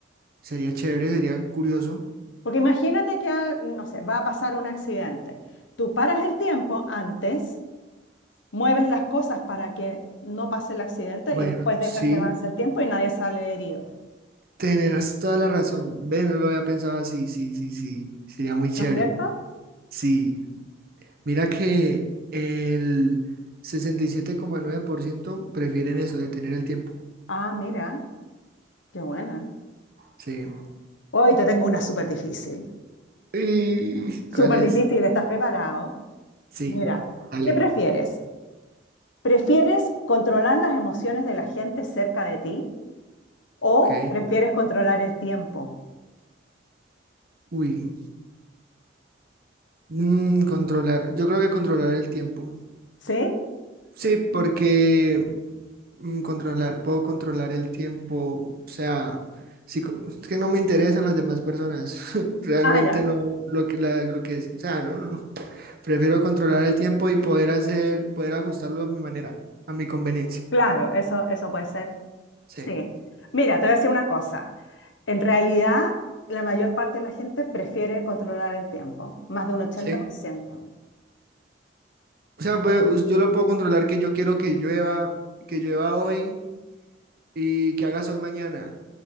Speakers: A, on the right (about 50°); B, on the left (about 75°).
A: sería chévere, sería curioso.
B: Porque imagínate que, ah, no sé, va a pasar un accidente. Tú paras el tiempo antes, mueves las cosas para que no pase el accidente
A: Bueno,
B: y después dejas
A: sí,
B: que avance el tiempo y nadie sale herido.
A: tenés toda la razón. Ve, no lo había pensado así, sí, sí, sí, sería muy chévere.
B: ¿No es cierto?
A: Sí, mira que el sesenta y siete coma nueve por ciento prefieren eso, detener el tiempo.
B: Ah, mira, qué buena.
A: Sí.
B: Hoy te tengo una súper difícil.
A: Uy,
B: Súper
A: ¿cuál es?
B: difícil, ¿estás preparado?
A: Sí,
B: Mira,
A: dale.
B: ¿qué prefieres? ¿Prefieres controlar las emociones de la gente cerca de ti o
A: Ok.
B: prefieres controlar el tiempo?
A: Uy. mm, controlar. Yo creo que controlar el tiempo.
B: ¿Sí?
A: Sí, porque mm, controlar, puedo controlar el tiempo. O sea, sí, co- es que no me interesan las demás personas. <laughs> Realmente
B: Ah, ya.
A: no lo que, la- lo que es. O sea, no, no. no. Prefiero controlar el tiempo y poder hacer, poder ajustarlo a mi manera, a mi conveniencia.
B: Claro, eso, eso puede ser.
A: Sí,
B: Sí. Mira, te voy a decir una cosa. En realidad, la mayor parte de la gente prefiere controlar el tiempo, más de un 80%.
A: sí. O sea, pues, yo lo puedo controlar que yo quiero que llueva, que llueva hoy y que haga sol mañana.